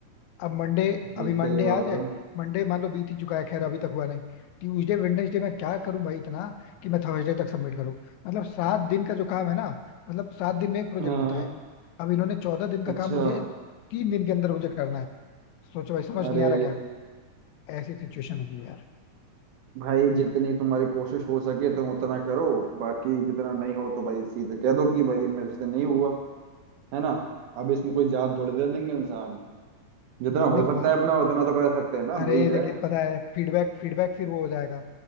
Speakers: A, on the left; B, on the right.
A: अब मंडे
B: जी,
A: अभी
B: सही
A: मंडे
B: बात
A: आज है
B: है
A: मंडे मान लो बीत ही चुका है खैर अभी तक हुआ नहीं ट्यूजडे वेडनेसडे मैं क्या करूं भाई इतना कि मैं थर्सडे तक सबमिट करूं मतलब सात दिन का जो काम है ना मतलब सात दिन में एक प्रोजेक्ट
B: हाँ
A: होता है अब इन्होंने चौदह दिन का
B: अच्छा
A: काम मुझे तीन दिन के अंदर मुझे करना है सोचो भाई समझ
B: अरे
A: नहीं आ रहा क्या ऐसी सिचुएशन होगी यार
B: भाई जितनी तुम्हारी कोशिश हो सके तुम उतना करो बाकी जितना नहीं हो तो भाई सीधे कह दो कि भाई मेरे से नहीं हुआ है ना अब इसमें कोई जान थोड़ी दे देंगे इंसान जितना
A: मतलब इतनी
B: हो सकता
A: बात
B: है अपना
A: है।
B: उतना तो कर सकते हैं ना वही
A: अरे
B: है
A: लेकिन पता है फीडबैक फीडबैक फिर वो हो जाएगा